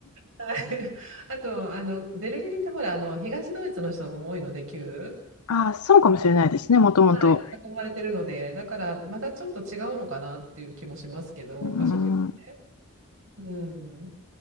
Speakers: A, on the right (about 65°); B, on the left (about 80°).
A: はい、あと、あの、ベルリンってほら、あの、東ドイツの人も多いので、旧。
B: ああ、そうかもしれないですね、もともと。
A: はい。囲まれてるので、だからまたちょっと違うのかなっていう気もしますけど、
B: うーん
A: 場所によって。うん。